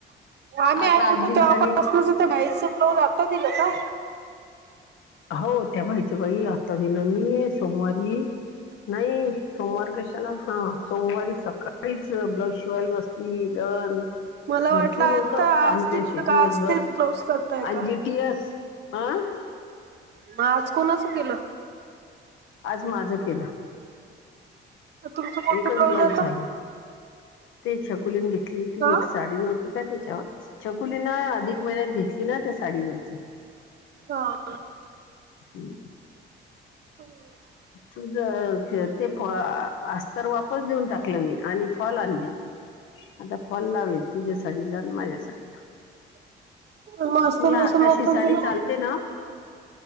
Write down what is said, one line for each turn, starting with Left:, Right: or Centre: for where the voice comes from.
Right: आम्ही
Left: आता
Right: आलो
Left: आठ
Right: होतो,
Left: दिवसांनी
Right: तेव्हापासूनच त्या बाईच ब्लाऊज आता दिलं का?
Left: हो. त्या बाईच, बाई. आत्ता दिलं मी, सोमवारी. नाही. सोमवार कशाला? हा, सोमवारी सकाळीच, ब्लाऊज शिवायला बस ली. दन
Right: मला वाटलं
Left: भरपूर
Right: आता
Left: होत, काम
Right: आज
Left: त्यादीवशी,
Right: दिलं का
Left: दिवसभर.
Right: आज तेच ब्लाऊज करताय
Left: आन
Right: का?
Left: जी टी एस आं?
Right: म आज कोणाचं केलं?
Left: आज माजं केलं.
Right: तुमचं कोणतं
Left: एकच ब्लाऊज
Right: आता
Left: झालं. ते छकुलीने घेतली होती,
Right: हा
Left: एक साडी नव्हती का त्याच्यावरच. छकुलीन अदिक महिन्यात घेतली ना, त्या साडीवरच.
Right: हा.
Left: हम्म.
Right: <unintelligible>
Left: तुझ ते फ अ अस्तर वापस देऊन टाकलं मी. आणि फॉल आणली. आता फॉल लावील. तुझ्या साडीला न माझ्या साडीला.
Right: मग अस्तर
Left: तुला
Right: कशाला
Left: आकाशी
Right: वापस
Left: साडी
Right: दिलं
Left: चालते ना?